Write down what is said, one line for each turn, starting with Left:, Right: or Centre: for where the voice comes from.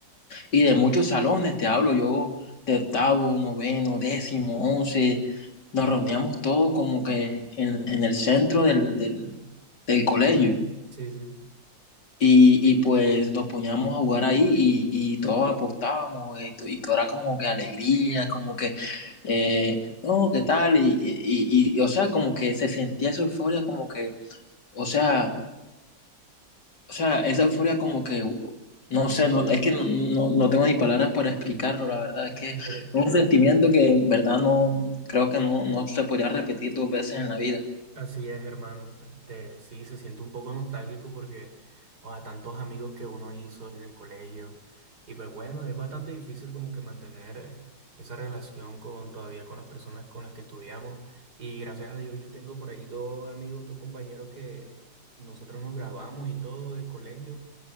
Left: y de muchos salones, te hablo yo de octavo, noveno, décimo, once, nos reuníamos todos como que en, en el centro del, del, del colegio
Right: Sí, sí.
Left: y, y, pues nos poníamos a jugar ahí y, y todos apostábamos eh, y, to- y todo era como que alegría, como que, eh, no, ¿qué tal? Y, y, y- y, o sea, como que se sentía esa euforia, como que, o sea, o sea, esa euforia como que, no sé, no, es que no, no, no tengo ni palabras para explicarlo, la verdad,
Right: Eh,
Left: es que es un sentimiento que, en verdad, no, creo que no, no se podría repetir dos veces en la vida.
Right: Así es, hermano. Este, sí, se siente un poco nostálgico porque o a tantos amigos que uno hizo en el colegio. Y pues bueno, es bastante difícil como que mantener eh, esa relación con todavía con las personas con las que estudiamos. Y gracias a Dios yo tengo por ahí dos amigos, dos compañeros que nosotros nos graduamos y todo del colegio.